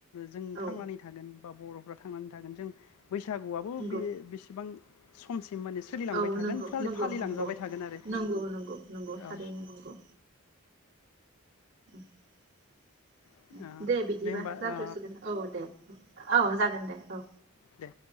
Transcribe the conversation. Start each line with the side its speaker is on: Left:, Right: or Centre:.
Left: जों थांनानै
Right: औ
Left: थागोन। बा बरफ्रा थांनानै थागोन जों बैसागुआबो
Right: नंगौ
Left: बे बेसेबां समसिम माने सोलिलांबाय
Right: औ
Left: थागोन
Right: नोंगौ
Left: फालि
Right: नोंगौ
Left: फालिलांजाबाय
Right: नोंगौ
Left: थागोन आरो
Right: नोंगौ नोंगौ नोंगौ थारैनो
Left: औ
Right: नोंगौ। <inaudible>
Left: ओ
Right: दे बिदिबा
Left: होमबा
Right: जाथ'सिगोन
Left: ओ
Right: औ दे औ जागोन दे औ
Left: दे